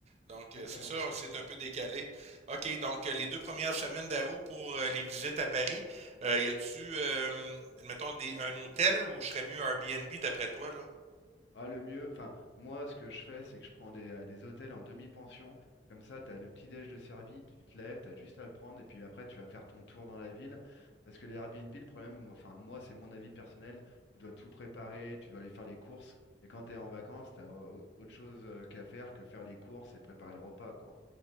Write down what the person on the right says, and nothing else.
Donc,
euh, c'est ça, c'est un peu décalé. OK, donc euh, les deux premières semaines d'août pour euh, les visites à Paris, euh, y a-tu, euh, mettons, des, un hôtel où je serais mieux Airbnb d'après toi, là?